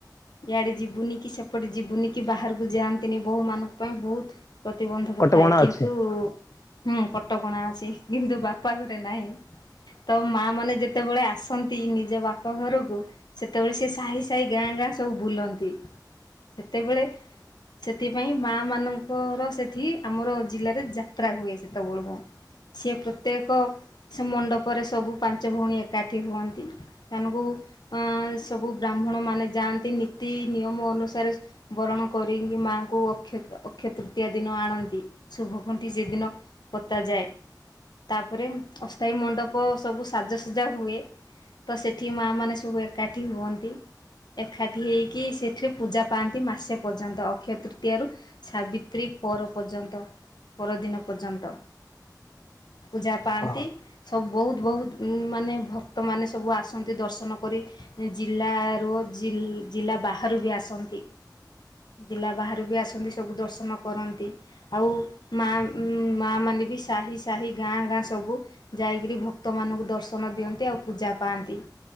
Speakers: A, on the left; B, on the left.
A: ଇଆଡେ ଯିବୁନି କି ସେପଟେ ଯିବୁନି କି ବାହାରକୁ ଯାନ୍ ତିନି ବୋହୂମାନଙ୍କ ପାଇଁ ବହୁତ୍ ପ୍ରତିବନ୍ଧକ
B: କଟକଣା
A: ଥାଏ କିନ୍ତୁ
B: ଅଛି।
A: ହୁଁ କଟକଣା ଅଛି କିନ୍ତୁ ବାପା ଘରେ ନାହିଁ। ତ ମାଆ ମାନେ ଯେତେବେଳେ ଆସନ୍ତି ନିଜ ବାପ ଘରୁକୁ ସେତେବେଳେ ସେ ସାହି ସାହି ଗାଁ ଗାଁ ସବୁ ବୁଲନ୍ତି ସେତେବେଳେ ସେଥିପାଇଁ ମା ମାନଙ୍କର ସେଠି ଆମର ଜିଲ୍ଲାରେ ଯାତ୍ରା ହୁଏ ସେତବଳକୁ। ସିଏ ପ୍ରତ୍ୟେକ ସେ ମଣ୍ଡପରେ ସବୁ ପାଞ୍ଚ ଭଉଣୀ ଏକାଠି ହୁଅନ୍ତି ସେମାନଙ୍କୁ ଅଁ ସବୁ ବ୍ରାହ୍ମଣମାନେ ଯାଆନ୍ତି ନୀତି ନିୟମ ଅନୁସାରେ ବରଣ କରିଙ୍କି ମାଆଙ୍କୁ ଅକ୍ଷତ୍ ଅକ୍ଷୟ ତୃତୀୟା ଦିନ ଆଣନ୍ତି ଶୁଭକୁଣ୍ଠି ସେଦିନ ପତା ଯାଏ ତାପରେ ଅସ୍ଥାୟୀ ମଣ୍ଡପ ସବୁ ସାଜସଜା ହୁଏ ତ ସେଠି ମାଆ ମାନେ ସବୁ ଏକାଠି ହୁଅନ୍ତି। ଏକାଠି ହୋଇକି ସେଠି ପୂଜା ପାଆନ୍ତି ମାସେ ପର୍ଯ୍ୟନ୍ତ। ଅକ୍ଷୟ ତୃତୀୟାରୁ ସାବିତ୍ରୀ ପର ପର୍ଯ୍ୟନ୍ତ ପରଦିନ ପର୍ଯ୍ୟନ୍ତ। ପୂଜା ପାଆନ୍ତି।
B: ହଁ।
A: ସବୁ ବହୁତ୍ ବହୁତ୍ ମାନେ ଭକ୍ତମାନେ ସବୁ ଆସନ୍ତି ଦର୍ଶନ କରି। ଜିଲ୍ଲା ରୁ ଜି ଜିଲ୍ଲା ବାହାରୁ ବି ଆସନ୍ତି। ଜିଲ୍ଲା ବାହାରୁ ବି ଆସନ୍ତି ସବୁ ଦର୍ଶନ କରନ୍ତି। ଆଉ ମା ମା ମାନେ ବି ସାହି ସାହି ଗାଁ ଗାଁ ସବୁ ଯାଇକିରି ଭକ୍ତ ମାନଙ୍କୁ ଦର୍ଶନ ଦିଅନ୍ତି ଆଉ ପୂଜା ପାଆନ୍ତି।